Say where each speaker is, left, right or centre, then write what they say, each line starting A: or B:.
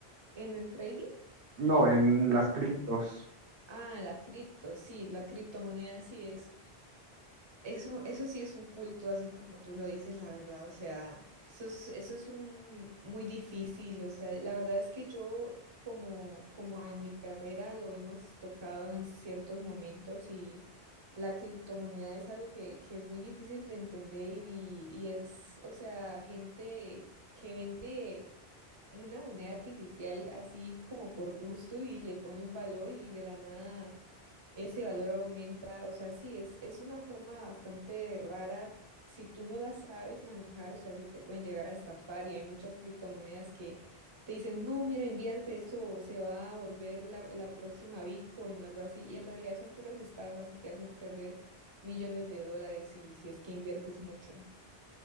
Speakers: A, on the right (about 30°); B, on the right (about 65°).
A: en el trading.
B: No, en las criptos.
A: Ah, la cripto, sí, la criptomoneda sí es. Eso, eso sí es un culto, así como tú lo dices, la verdad, o sea, eso es, eso es un muy difícil, o sea, la verdad es que yo, como, como en mi carrera lo hemos tocado en ciertos momentos y la criptomoneda es algo que, que es muy difícil de entender y, y es, o sea, gente que vende una moneda artificial así como por gusto y le pone un valor y de la nada ese valor aumenta, o sea, sí, es, es una forma bastante rara. Si tú no la sabes manejar, o sea, si te pueden llegar a estafar y hay muchas criptomonedas que te dicen, no, mira, invierte, esto se va a volver la, la próxima Bitcoin o algo así, y en realidad son puras estafas y te hacen perder millones de dólares si, si es que inviertes mucho.